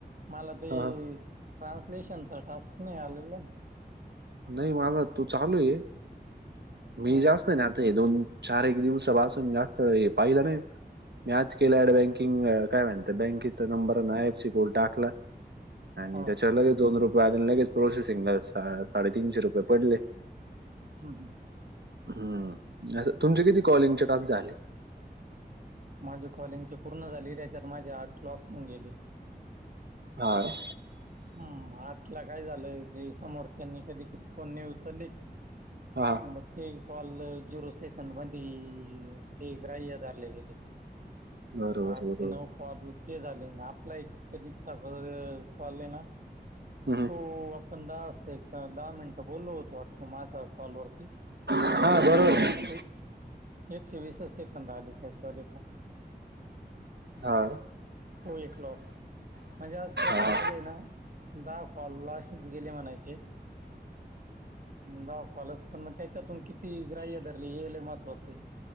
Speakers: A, on the right; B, on the right.
A: मला
B: का
A: ते
B: हा
A: ट्रान्सलेशनचा टास्क नाही आलेल.
B: नाही माझ तू चालूये मी
A: हम्म,
B: जास्त नातंय दोन चार एक दिवसापासून जास्त हे पाहिलं नाही मी आज केल ॲड बँकिंग काय अ म्हणता बँकेचा नंबर आयएफसी कोड टाकला. आणि
A: हा
B: त्याच्यावर लगेच दोन रुपये आणि लगेच प्रोसेसिंगला सा साडेतीनशे रुपये पडले.
A: हम हम.
B: हमं नाहीतर तुमचे किती कॉलिंगचे टास्क झाले?
A: माझे कॉलिंगचे पूर्ण झाले त्याच्यात माझे आठ लॉस होऊन गेले.
B: हा ना.
A: हम आठला काय झालंय जे समोरच्यांनी कधी कधी फोन नाई उचलले
B: हा.
A: म ते कॉल झिरो सेकंद मध्ये ते ग्राह्य धरले गेले.
B: बरोबर
A: आठ
B: बरोबर
A: ते नऊ कॉल ते झाले ना आपला एक कधी चा कलले ना.
B: हम्म.
A: हो आपण दहा वाजता एकदा दहा मिन बोललो होतो वाटत माझा कॉलवररती
B: हा
A: मग ते
B: बरोबर
A: मला
B: आहे.
A: फक्त ते एकशे वीसच सेकंद आले त्याच्यावाली पण.
B: हा.
A: तो एक लॉस म्हणजे अस तस
B: हा
A: माजे आहे ना दहा कॉल लॉसच गेले म्हणायचे दहा कॉलच पण मग त्या च्यातून किती ग्राह्य धरले हे लई महत्वाचय.